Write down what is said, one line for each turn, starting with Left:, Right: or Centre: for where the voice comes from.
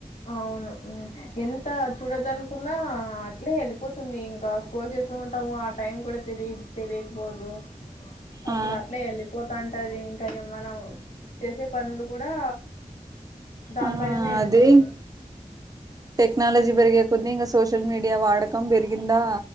Left: అవును ఎంత చూడద్దనుకున్నా అట్లే వెళ్ళిపోతుంది ఇంకా స్క్రోల్ చేస్తూ ఉంటాము ఆ టైం కూడా తెలి తెలియకపోదు అసలు
Right: ఆ
Left: అట్లే ఎళ్ళి పోతా అంటది మనం చేసే పనులు కూడా దానిపైనే
Right: ఆ
Left: వెళ్ళిపోత
Right: అదే టెక్నాలజీ పెరిగే కొద్దిగా సోషల్ మీడియా వాడకం పెరిగిందా